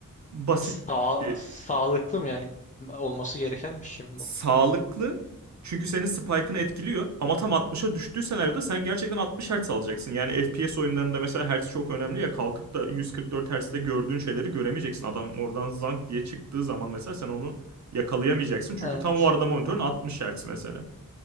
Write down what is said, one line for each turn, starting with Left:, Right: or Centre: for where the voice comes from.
Right: basit
Left: Sağ,
Right: bir
Left: sağlıklı mı yani olması gereken bir şey mi bu?
Right: sağlıklı. Çünkü senin spike'ını etkiliyor. Ama tam 60'a düştüğü senaryoda sen gerçekten 60 Hz alacaksın. Yani FPS oyunlarında mesela hertz çok önemli ya. Kalkıp da 144 Hz'de gördüğün şeyleri göremeyeceksin. Adam oradan zank diye çıktığı zaman mesela sen onu yakalayamayacaksın. Çünkü
Left: Evet.
Right: tam o arada monitörün 60 Hz mesela.